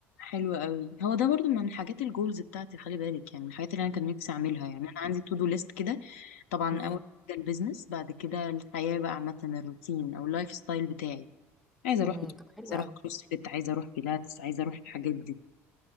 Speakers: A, on the left; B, in the centre.
A: حلو قوي هو ده برضو من حاجات الجولز بتاعتي خلي بالك يعني من الحاجات اللي انا كان نفسي اعملها يعني انا عندي تو دو ليست كده طبعا
B: مم.
A: اول حاجه البيزنس بعد كده الحياه بقى عامه الروتين او اللايف ستايل بتاعي عايزه
B: امم
A: اروح بت-
B: طب حلو
A: عايزه
B: قوي
A: اروح كروس فيت عايزه اروح بيلاتس عايزه اروح الحاجات دي